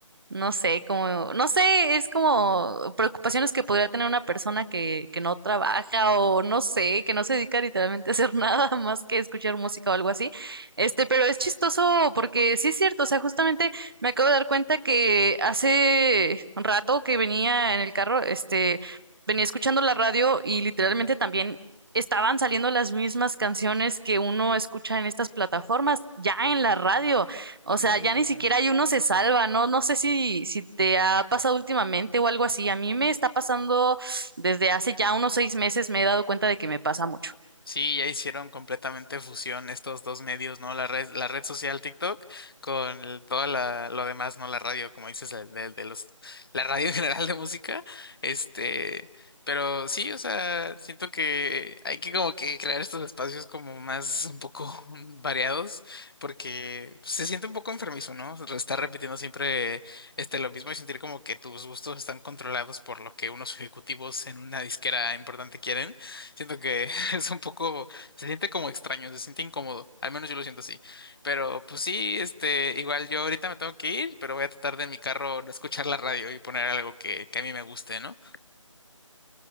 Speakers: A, on the right (about 45°); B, on the left (about 45°).
A: no sé, como, no sé, es como preocupaciones que podría tener una persona que, que no trabaja o no sé, que no se dedica literalmente a hacer <laughs> nada más que escuchar música o algo así. Este, pero es chistoso porque sí es cierto, o sea, justamente me acabo de dar cuenta que hace un rato que venía en el carro, este, venía escuchando la radio y literalmente también estaban saliendo las mismas canciones que uno escucha en estas plataformas, ya en la radio. O
B: Ujú.
A: sea, ya ni siquiera hay uno se salva, ¿no? No sé si, si te ha pasado últimamente o algo así. A mí me está pasando desde hace ya unos seis meses, me he dado cuenta de que me pasa mucho.
B: Sí, ya hicieron completamente fusión estos dos medios, ¿no? La red, la red social TikTok con el- toda la, lo demás, ¿no? La radio, como dices, la- de, de los, la radio <laughs> en general de música. Este, pero sí, o sea, siento que hay que como que crear estos espacios como más un poco <laughs> variados, porque se siente un poco enfermizo, ¿no? Estar repitiendo siempre este lo mismo y sentir como que tus gustos están controlados por lo que unos ejecutivos en una disquera importante quieren. Siento que <laughs> Es un poco, se siente como extraño, se siente incómodo, al menos yo lo siento así. Pero pues sí, este, igual yo ahorita me tengo que ir, pero voy a tratar de en mi carro no escuchar la radio y poner algo que, que a mí me guste, ¿no?